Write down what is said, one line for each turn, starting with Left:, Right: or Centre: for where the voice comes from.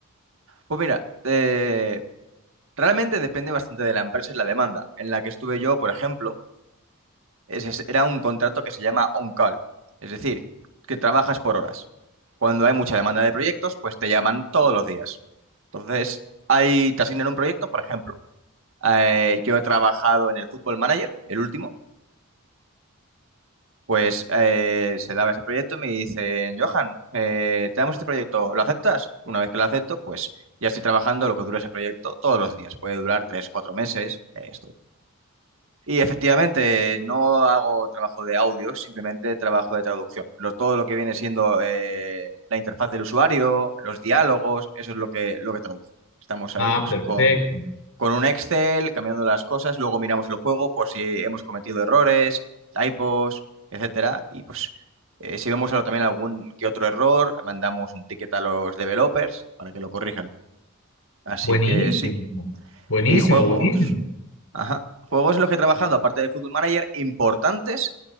Right: Pues mira, eh, realmente depende bastante de la empresa y la demanda. En la que estuve yo, por ejemplo, es- es- era un contrato que se llama on-call, es decir, que trabajas por horas. Cuando hay mucha demanda de proyectos, pues te llaman todos los días. Entonces, ahí te asignan un proyecto, por ejemplo, eh, yo he trabajado en el Football Manager, el último, pues eh, se daba ese proyecto y me dicen, Johan, eh, te damos este proyecto, ¿lo aceptas? Una vez que lo acepto, pues ya estoy trabajando lo que dura ese proyecto todos los días. Puede durar tres, cuatro meses, eh, esto Y efectivamente, no hago trabajo de audio, simplemente trabajo de traducción. Lo- todo lo que viene siendo eh, la interfaz del usuario, los diálogos, eso es lo que, lo que traduzco. Estamos ahí
Left: Ah,
Right: pues
Left: perfecto.
Right: con, con un Excel, cambiando las cosas, luego miramos el juego por si hemos cometido errores, typos, etcétera. Y pues eh, si vemos algo- también algún que otro error, mandamos un ticket a los developers para que lo corrijan. Así
Left: Buenísimo,
Right: que sí.
Left: buenísimo,
Right: ¿Y juegos?
Left: buenísimo.
Right: Ajá. Juegos en los que he trabajado, aparte de Football Manager, importantes,